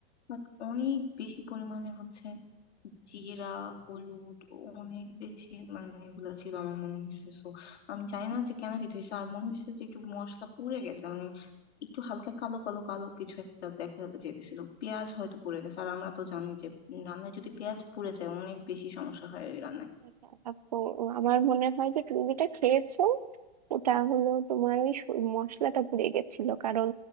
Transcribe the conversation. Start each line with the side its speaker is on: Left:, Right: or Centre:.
Left: বাট অনেক বেশি পরিমাণে হচ্ছে জিরা হলুদ অনেক বেশি মানে এগুলা ছিল আমার মনে হয়েছে সো আমি জানি না যে কেন দিতে হয়েছে আর মনে হয়েছে যে একটু মশলা পুড়ে গেছে মানে একটু হালকা কালো কালো কালো কিছু একটা দেখা যেতেছিল পেঁয়াজ হয়তো পুড়ে গেছে আর আমরা তো জানি যে রান্নায় যদি পেঁয়াজ পুড়ে যায় অনেক বেশি সমস্যা হয় রান্নায়
Right: আচ্ছা, আপু আমার মনে হয় যে তুমি যেটা খেয়েছো ওটা হলো তোমার ওই স- মশলাটা পুড়ে গেছিল কারণ